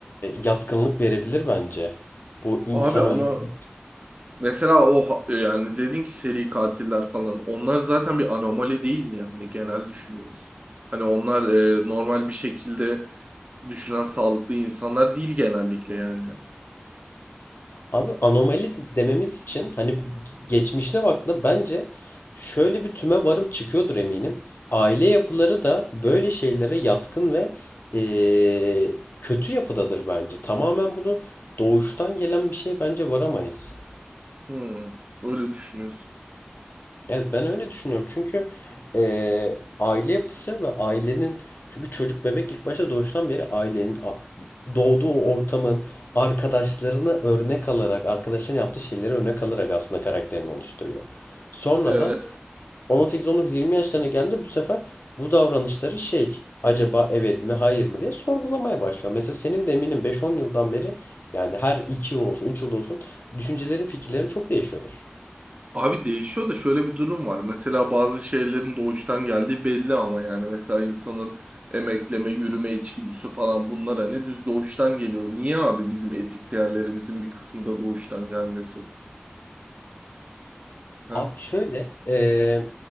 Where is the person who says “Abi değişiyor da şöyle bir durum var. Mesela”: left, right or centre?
Right